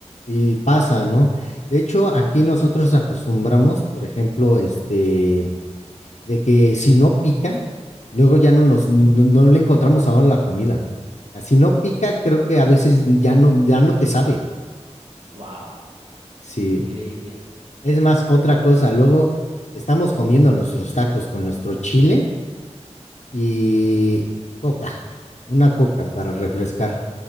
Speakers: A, on the left; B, on the right.
A: Y pasa, ¿no? De hecho, aquí nosotros acostumbramos, por ejemplo, este, de que si no pica, luego ya no nos, no, no le encontramos sabor a la comida. Ah, Si no pica, creo que a veces ya no, ya no te sabe.
B: wow,
A: Sí.
B: qué increíble.
A: Es más, otra cosa, luego estamos comiendo nuestros tacos con nuestro chile y coca, una coca para refrescar.